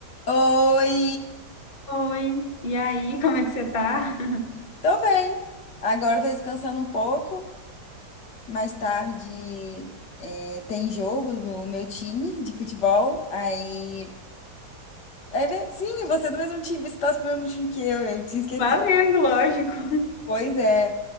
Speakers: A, on the left; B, on the left.
A: Oi,
B: Oi, e aí, como é que você tá? <laughs>
A: tô bem. Agora tô descansando um pouco. Mais tarde é, tem jogo no meu time de futebol. Aí, é, ver- sim, você é do mesmo time, você torce pro mesmo time que eu, eu tinha esquecido.
B: Flamengo, lógico.
A: Pois é,